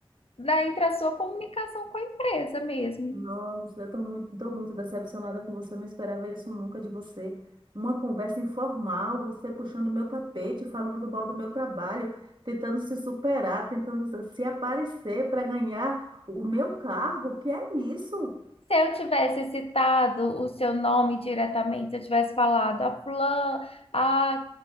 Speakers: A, on the left; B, on the right.
A: da, entre a sua comunicação com a empresa mesmo.
B: Nossa, eu tô muito, tô muito decepcionada com você, não esperava isso nunca de você. Uma conversa informal, você puxando meu tapete, falando mal do meu trabalho, tentando se superar, tentando se aparecer para ganhar o meu cargo. Que é isso?
A: Se eu tivesse citado o seu nome diretamente, se eu tivesse falado a fulana, a,